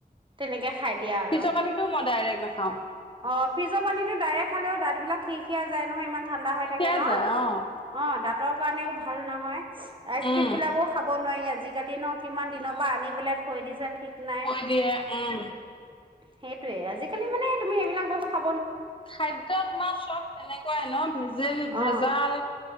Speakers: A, on the right; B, on the left.
A: তেনেকে খাই দিয়া আৰু
B: পিছ মানে মই নাখাওঁ।
A: অ', ফ্ৰিজৰ পানীটো ডাইৰেক্ট খালেও, দাঁত বিলাক সি খিয়াই যায় নহয় ইমান ঠাণ্ডা হৈ
B: শেষেই
A: থাকে ন?
B: যায় অ
A: অ', দাঁতৰ কাৰণেও ভ ভাল নহয়। আইচ
B: উম
A: ক্ৰীম বিলাকো খাব নোৱাৰি আজি আজিকালি ন কিমান দিনৰ পৰা আনিবলৈ থৈ দিছে ঠিক নাই
B: প দে উম।
A: সেইটোয়ে আজিকালি মানে তুমি সেইবিলাক বস্তু খা
B: খাদ্যয় মা চত তেনেক কুৱাই ন ভেজ যে ভেজাল।
A: অ',